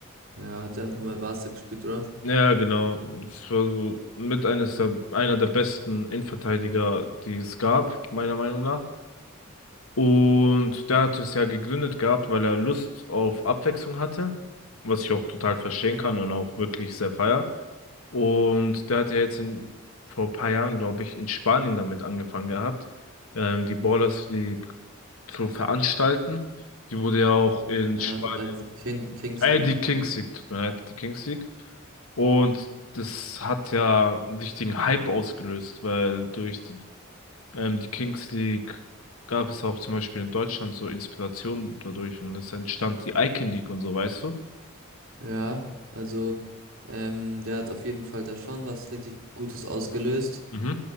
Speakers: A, on the right; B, on the left.
A: Ja, der hat nur bei Barca gespielt, oder?
B: Ja, genau. Das war so mit eines der, einer der besten Innenverteidiger, die es gab, meiner Meinung nach. Und der hat es ja gegründet gehabt, weil er Lust auf Abwechslung hatte, was ich auch total verstehen kann und auch wirklich sehr feier. Und der hat ja jetzt in, vor ein paar Jahren, glaube ich, in Spanien damit angefangen gehabt, ähm, die Ballers League zu veranstalten. Die wurde ja auch in
A: Ja,
B: Spanien
A: du meinst die Kin Kings
B: äh,
A: League.
B: die Kings League, tut mir leid, die Kings League. Und das hat ja einen richtigen Hype ausgelöst, weil durch ähm, die Kings League gab es auch zum Beispiel in Deutschland so Inspiration dadurch und es entstand die Icon League und so, weißt du?
A: Ja, also ähm, der hat auf jeden Fall da schon was richtig Gutes ausgelöst.
B: Mhm,